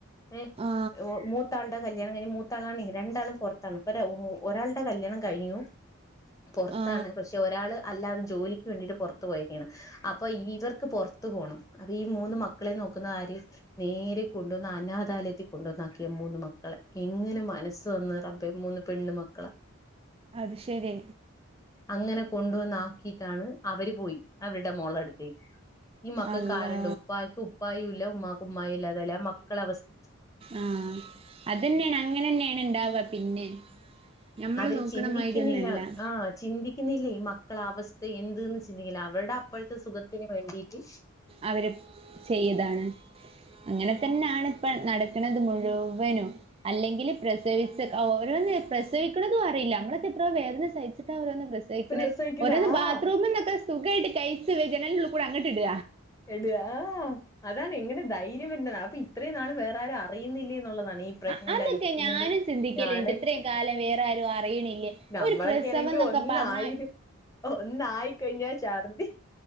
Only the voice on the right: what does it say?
ആ
ആ
അത് ശരി.
അള്ളാ
ആഹ് അതന്നെയാണ് അങ്ങനെന്നെയാണ് ണ്ടാവ പിന്നെ. ഞമ്മള്
നോക്കണ
മാതിരി ഒന്നല്ല
അവര് ചെയ്താണ് അങ്ങനെ തന്നെ ആണ്. ഇപ്പ നടക്കുന്നത് മുഴുവനും. അല്ലെങ്കിൽ പ്രസവിച്ച ഓരോന്ന് പ്രസവിക്കുന്നതും അറിയില്ല നമ്മളൊക്കെ എത്ര വേദന സഹിച്ചിട്ടാണ് ഓരോന്ന് പ്രസ. സവിക്ക്ണ്
ഓരോ ന്ന്
ബാത്റൂമന്നൊക്കെ സുഖായിട്ട് കഴിച്ച് വ ജനൽന്റെ ഉള്ള്കൂടെ അങ്ങട്ടിട.
അ- അതൊക്കെ
ഞാനും ചിന്തിക്കലുണ്ട്
ഇത്രയും കാലം വേറെ ആരും അറിയണില്ലേ
ഒരു പ്രസവം
എന്നൊക്കെ
പറഞ്ഞാൽ